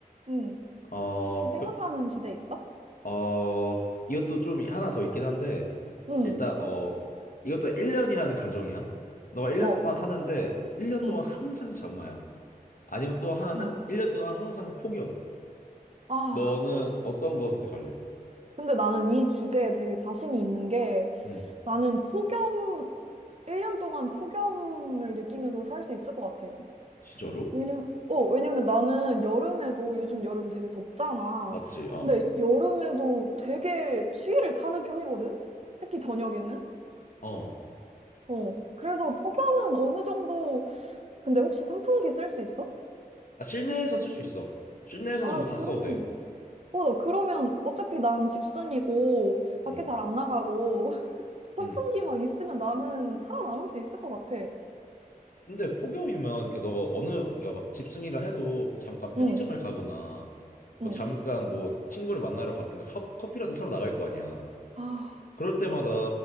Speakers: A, on the right; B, on the left.
A: 응.
B: 어,
A: 혹시 생각나는
B: 그,
A: 주제 있어?
B: 어, 이것도 좀 하나 더 있긴 한데,
A: 응.
B: 일단, 어, 이것도 1년이라는 가정이야. 너가 1년
A: 어.
B: 동안 사는데, 1년
A: 응.
B: 동안 항상 장마야. 아니면 또 하나는
A: 어.
B: 1년 동안 항상 폭염.
A: 아,
B: 너는 어떤 거 선택할래?
A: 근데 나는 이 주제에 되게 자신이 있는 게
B: 음,
A: 나는 폭염, 1년 동안 폭염을 느끼면서 살 수 있을 것 같아.
B: 진짜로?
A: 왜냐면, 어, 왜냐면 나는 여름에도 요즘 여름 되게 덥잖아.
B: 맞지? 어.
A: 근데 여름에도 되게 추위를 타는 편이거든? 특히 저녁에는.
B: 어.
A: 어. 그래서 폭염은 어느 정도 근데 혹시 선풍기 쓸 수 있어?
B: 아, 실내에서 쓸 수 있어. 실내에서는
A: 아,
B: 뭐 다
A: 그러면,
B: 써도 돼.
A: 어, 나 그러면 어차피 난 집순이고, 밖에
B: 음.
A: 잘 안 나가고, <laughs> 선풍기만
B: 음.
A: 있으면 나는 살아남을 수 있을 것 같아.
B: 근데 폭염이면 그너 어느 그러니까 막 집순이라 해도 뭐 잠깐 편의점을
A: 응,
B: 가거나 뭐
A: 응,
B: 잠깐 뭐 친구를 만나러 가든가 컵, 커피라도 사러 나갈 거 아니야.
A: 아,
B: 그럴 때마다